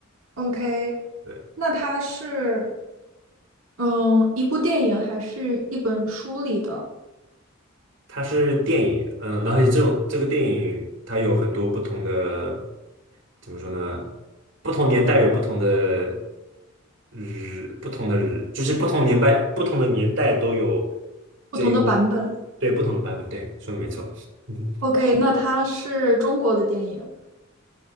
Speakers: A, on the right (about 80°); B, on the right (about 60°).
A: ？OK，
B: 对。
A: 那他是。嗯，一部电影还是一本书里的
B: 它是电影，嗯，然后这种这个电影它有很多不同的，怎么说呢？不同年代有不同的日，不同的日，就是不同年代不同的年代都有
A: 不同的版本。
B: 这个对不同的版本，对，说的没错，<laughs> 嗯
A: OK，那它是中国的电影。